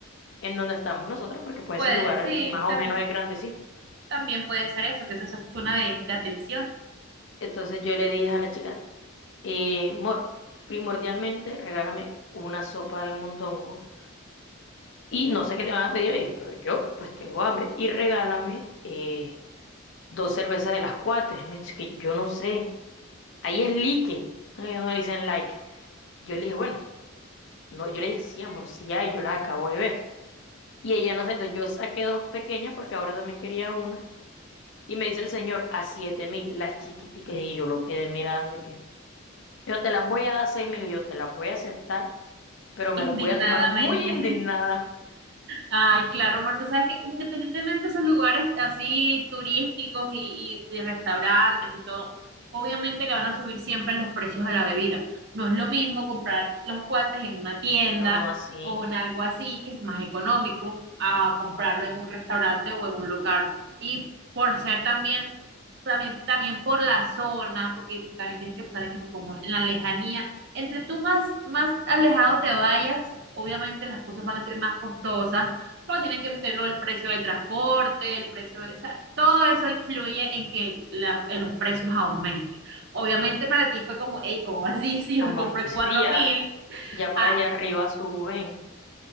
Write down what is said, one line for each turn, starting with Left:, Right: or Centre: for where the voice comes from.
Left: en donde estamos nosotros, porque pues
Right: Pues
Left: ese lugar es-
Right: sí,
Left: más o
Right: tam-
Left: menos es grandecito.
Right: también puede ser eso, que eso es una zona de de atención,
Left: Entonces yo le dije a la chica, eh, Mor, primordialmente regálame una sopa de mondongo Y no sé qué te van a pedir ellos, pero yo pues tengo hambre. Y regálame eh, dos cervezas de las cuatro. Me dice que yo no sé. Ahí es like. No, Ellos no le dicen like. Yo le dije, bueno, no, yo le dije, sí, amor, sí hay, yo las acabo de ver. Y ella no sé, entonces yo saqué dos pequeñas porque ahora también quería una. Y me dice el señor, a siete mil, las chiquiticas. Y yo lo quedé mirando y que yo te las voy a dar seis mil y yo te las voy a aceptar, pero me
Right: indignadamente.
Left: las voy a tomar muy indignada.
Right: Ay, claro, amor, tú sabes que independientemente de esos lugares así turísticos y, y de restaurantes y todo, obviamente le van a subir siempre los precios a la bebida. No es lo mismo comprar los cuates en una tienda
Left: Pero no así.
Right: o en algo así que es más económico a comprarlo en un restaurante o en un local. Y por ser también también, también por la zona, porque también tienes que pensar en eso, como en la lejanía. Entre tú más, más alejado te vayas, obviamente las cosas van a ser más costosas, pero tienes que meterlo el precio del transporte, el precio de, o sea, todo eso influye en que la- en los precios aumenten. Obviamente para ti fue como, hey, ¿cómo así? <laughs> Si
Left: Amor,
Right: yo la compré
Left: sí,
Right: en 4
Left: ya
Right: mil,
Left: Ya para
Right: ah,
Left: allá arriba suben.